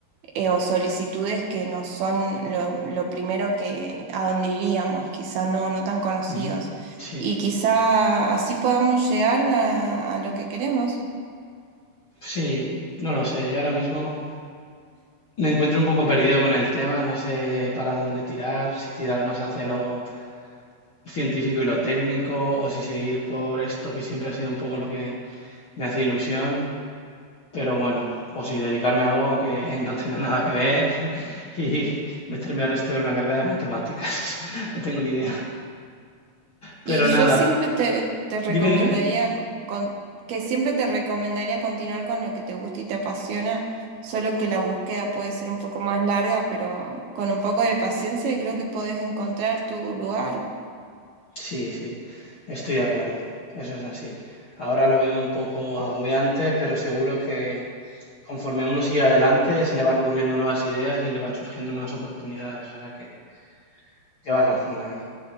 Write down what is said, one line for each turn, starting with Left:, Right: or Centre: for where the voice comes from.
Right: eh, o solicitudes que no son lo, lo primero que a donde iríamos, quizá no, no tan conocidos.
Left: Ujú. Sí,
Right: Y quizá así podamos llegar a a lo que queremos.
Left: sí, no lo sé. Yo ahora mismo me encuentro un poco perdido con el tema, no sé para dónde tirar, si tirar más hacia lo científico y lo técnico, o si seguir por esto que siempre ha sido un poco lo que me hace ilusión. Pero bueno, o si dedicarme a algo que <laughs> no tenga nada que ver <laughs> y meterme ahora a estudiar una carrera de matemáticas. <laughs> No tengo ni idea. Pero
Right: Y yo
Left: nada,
Right: siempre te, te recomendaría
Left: dime, dime.
Right: co- con, que siempre te recomendaría continuar con lo que te gusta y te apasiona, solo que la búsqueda puede ser un poco más larga, pero con un poco de paciencia creo que podés encontrar tu lugar.
Left: Sí, sí, estoy de acuerdo. Eso es así. Ahora lo veo un poco agobiante, pero seguro que conforme uno sigue adelante se le van ocurriendo nuevas ideas y le van surgiendo nuevas oportunidades. O sea que llevas razón ahí.